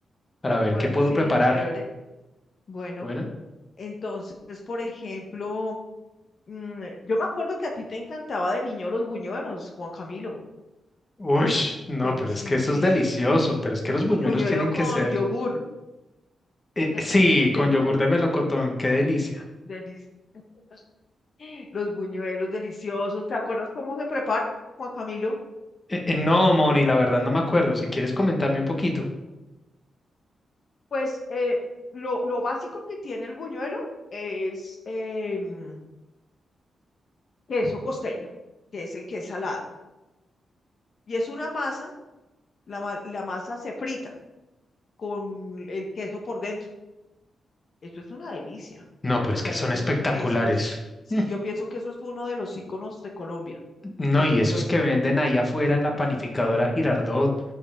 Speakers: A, on the left; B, on the left.
A: Para ver
B: bueno,
A: qué puedo
B: sí,
A: preparar.
B: chévere. Bueno,
A: Bueno,
B: entonces, por ejemplo, mm, yo me acuerdo que a ti te encantaba de niño los buñuelos, Juan Camilo.
A: uy, no,
B: Delicioso,
A: pero es que eso
B: sí.
A: es delicioso, pero es que los buñuelos
B: Buñuelo
A: tienen que
B: con
A: ser,
B: yogur.
A: eh,
B: <laughs>
A: sí,
B: Te
A: con
B: encantaban.
A: yogur de melocotón, qué delicia.
B: Delicioso. <laughs> Los buñuelos deliciosos. ¿Te acuerdas cómo se preparan, Juan Camilo?
A: Eh, eh, no, Moni, la verdad no me acuerdo. Si quieres comentarme un poquito.
B: Pues eh, lo, lo básico que tiene el buñuelo es em, queso costeño, que es el que es salado. Y es una masa, la, ma- la masa se frita con el queso por dentro. Eso es una delicia.
A: No, pero
B: O
A: es
B: sea,
A: que son
B: yo pienso
A: espectaculares.
B: que eso es, sí,
A: Mm,
B: yo pienso que eso es uno de los íconos de Colombia,
A: No,
B: el
A: y
B: buñuelo.
A: esos que venden ahí afuera en la panificadora Girardot.